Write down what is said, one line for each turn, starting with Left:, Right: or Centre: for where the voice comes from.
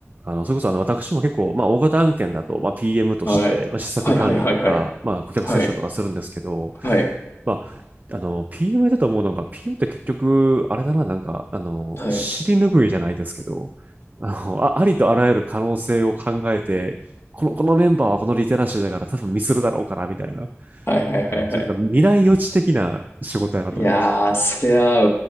Right: あの、それこそあの、私も結構、まあ、大型案件だと、まあ、PM として、
Left: はい。
Right: まあ、施策管理とか、
Left: はいはいはいはい。
Right: まあ、顧客接触とかするんですけど、
Left: はい。はい。
Right: まあ、あの、PM だと思うのが、PM って結局、あれだな、なんか、あの、
Left: はい。
Right: 尻拭いじゃないですけど、あの、あ、ありとあらゆる可能性を考えて、この、このメンバーはこのリテラシーだから多分ミスるだろうから、みたいな。
Left: はいはいはいはい。
Right: あの、それなんか未来予知的な仕事やなと思いました。
Left: いやー、そりゃ、